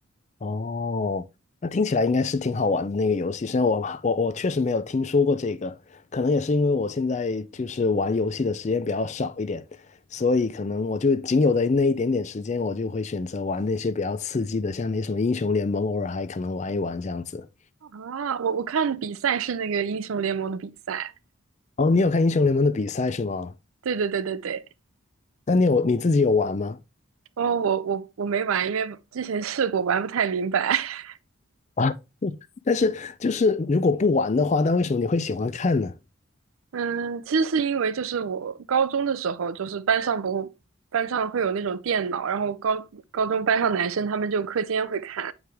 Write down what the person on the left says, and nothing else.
哦，那听起来应该是挺好玩的那个游戏，虽然我我我确实没有听说过这个，可能也是因为我现在就是玩游戏的时间比较少一点，所以可能我就仅有的那一点点时间，我就会选择玩那些比较刺激的，像那什么英雄联盟，偶尔还可能玩一玩这样子。
哦，你有看英雄联盟的比赛是吗？
那你有你自己有玩吗？
<laughs> 啊，但是就是如果不玩的话，那为什么你会喜欢看呢？